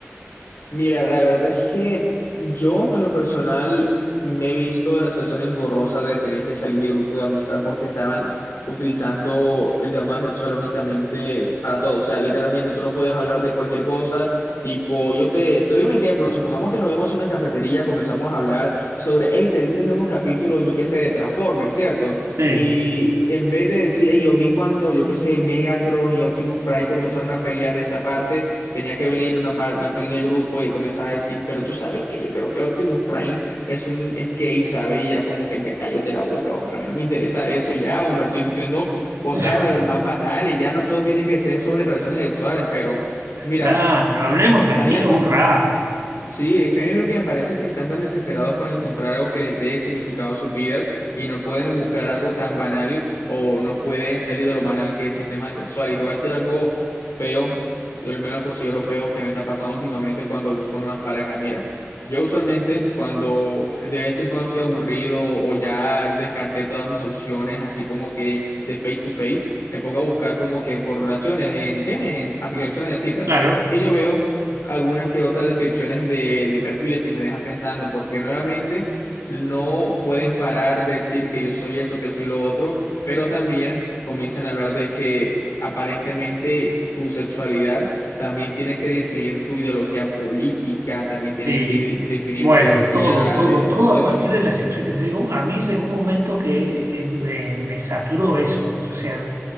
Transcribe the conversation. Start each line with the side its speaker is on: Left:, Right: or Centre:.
Left: Mira, la verdad es que yo en lo personal me he visto en la situación engorrosa de tener que salir de grupo de amistad porque estaban utilizando el tema sexual únicamente para todo. O sea, literalmente tú no podías hablar de cualquier cosa. Tipo, yo te, te doy un ejemplo. Supongamos que nos vemos en una cafetería, comenzamos a hablar sobre, hey, te viste el nuevo capítulo, yo qué sé, de Transformers, ¿cierto?
Right: Sí.
Left: Y en vez de decir, hey, yo vi cuando, yo qué sé, Megatron y Optimus Prime comenzaron a pelear en esta parte. Tenía que venir una, par- una pequeña del grupo y comenzar a decir, pero tú sabes que yo creo que Optimus Prime es un es gay, ¿sabes? Y era como que ya cállate la boca, hombre, a mí no me interesa eso ya, hombre, estoy diciendo cosas
Right: <laughs>
Left: más banales, ya no todo tiene que ser sobre relaciones sexuales, pero mira,
Right: Claro, hablemos tranquilos
Left: a mí me
Right: un rato.
Left: Sí, es que a mí lo que me parece es que están tan desesperados por encontrar algo que les dé significado a sus vidas y no pueden buscar algo tan banal o no pueden salir de lo banal que es el tema sexual. Y te voy a decir algo feo, yo al menos considero feo que me está pasando últimamente cuando busco nuevas parejas. Mira, yo usualmente cuando de vez en cuando estoy aburrido o ya descarté todas mis opciones, así como que de face to face, me pongo a buscar como que por relaciones, ¿en qué? En aplicaciones de citas.
Right: Claro.
Left: Y yo veo algunas que otras descripciones de, de perfiles que me dejan pensando, porque nuevamente no pueden parar de decir que yo soy esto, que soy lo otro, pero también comienzan a hablar de que aparentemente tu sexualidad también tiene que definir tu ideología política, también tiene
Right: Sí,
Left: que definir
Right: bueno,
Left: tu ideología
Right: todo, todo,
Left: de
Right: todo
Left: todo
Right: a
Left: eso.
Right: partir de la sexualidad. Llegó- a mí llegó un momento que eh, me, me saturó eso. O sea,